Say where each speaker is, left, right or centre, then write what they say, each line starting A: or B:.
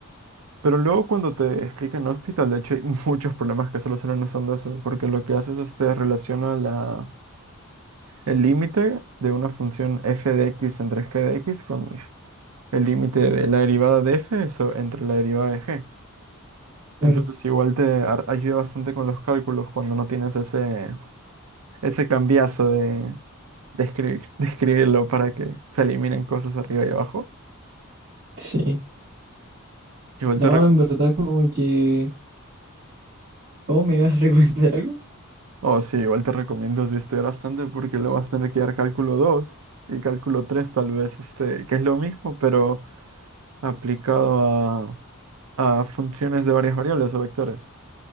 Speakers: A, on the right (about 80°); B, on the right (about 45°).
A: Pero luego cuando te explican en hospital, de hecho hay <laughs> muchos problemas que solucionan usando eso, porque lo que haces es te relaciona la, el límite de una función f de x entre g de x con el límite de la derivada de f eso, entre la derivada de g.
B: claro,
A: Entonces igual te ar- ayuda bastante con los cálculos cuando no tienes ese, ese cambiazo de, de, escri- <laughs> de escribirlo para que se eliminen cosas arriba y abajo.
B: sí.
A: Igual
B: No,
A: te
B: en verdad como que... ¿Cómo me ibas a <laughs> recomendar algo?
A: Oh, sí, igual te recomiendo si estudiar bastante porque luego vas a tener que dar cálculo 2 y cálculo 3 tal vez, este, que es lo mismo, pero aplicado a, a funciones de varias variables o vectores.